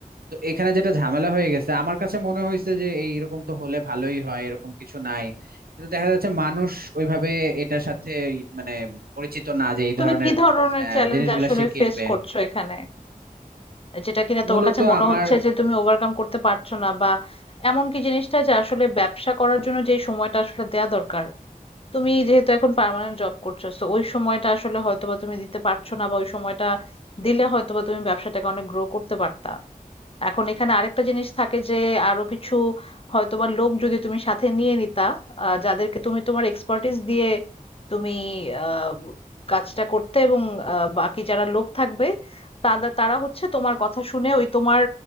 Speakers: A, on the right (about 85°); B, on the left (about 40°).
A: তো এখানে যেটা ঝামেলা হয়ে গেছে আমার কাছে মনে হয়েছে যে এইরকম তো হলে ভালোই হয় এরকম কিছু নাই কিন্তু দেখা যাচ্ছে মানুষ ওইভাবে এটার সাথে মানে পরিচিত না যে এই
B: তুমি
A: ধরনের
B: কি ধরনের
A: আহ
B: চ্যালেঞ্জ
A: জিনিসগুলা
B: আসলে
A: সে কিনবে
B: ফেস করছো এখানে? যেটা কিনা
A: মূলত
B: তোমার কাছে মনে
A: আমার
B: হচ্ছে যে তুমি ওভারকাম করতে পারছো না বা এমন কি জিনিসটা যে আসলে ব্যবসা করার জন্য যে সময়টা আসলে দেয়া দরকার তুমি যেহেতু এখন পার্মানেন্ট জব করছো তো ওই সময়টা আসলে হয়তোবা তুমি দিতে পারছো না বা ওই সময়টা দিলে হয়তোবা তুমি ব্যবসাটাকে অনেক গ্রো করতে পারতা এখন এখানে আরেকটা জিনিস থাকে যে আরো কিছু হয়তোবা লোক যদি তুমি সাথে নিয়ে নিতা আহ, যাদেরকে তুমি তোমার এক্সপার্টিস দিয়ে তুমি আহ, কাজটা করতে এবং আহ, বাকি যারা লোক থাকবে তারা তারা হচ্ছে তোমার কথা শুনে ওই তোমার